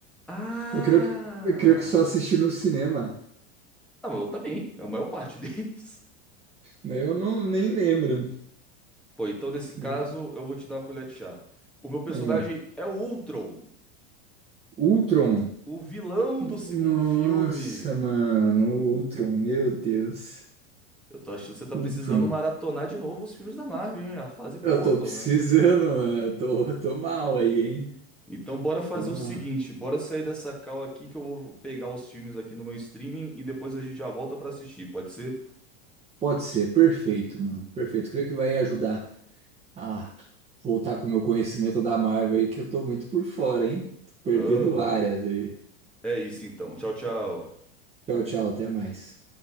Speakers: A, in the centre; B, on the right.
A: Ah!
B: Eu creio que, eu creio que só assisti no cinema.
A: Não, eu também, é a maior parte <laughs> deles.
B: Eu não, nem lembro.
A: Pô, então nesse caso
B: Hum,
A: eu vou te dar uma colher de chá. O meu personagem
B: ah,
A: é o Ultron,
B: Ultron.
A: o vilão
B: Nossa,
A: do segundo filme.
B: mano, Ultron, meu Deus.
A: Eu tô achando que você tá
B: Ultron.
A: precisando maratonar de novo os filmes da Marvel, hein? A fase boa,
B: Eu tô
A: pelo
B: precisando,
A: menos.
B: mano. Eu tô, eu tô mal aí, hein?
A: Então bora fazer
B: Então,
A: o seguinte,
B: ah,
A: bora sair dessa call aqui que eu vou pegar os filmes aqui no meu streaming e depois a gente já volta pra assistir, pode ser?
B: pode ser, perfeito, mano. Perfeito. Creio que vai ajudar a voltar com o meu conhecimento da Marvel aí, que eu tô muito por fora, hein? Tô perdendo
A: Aham.
B: várias aí.
A: É isso então. Tchau, tchau.
B: Tchau, tchau, até mais.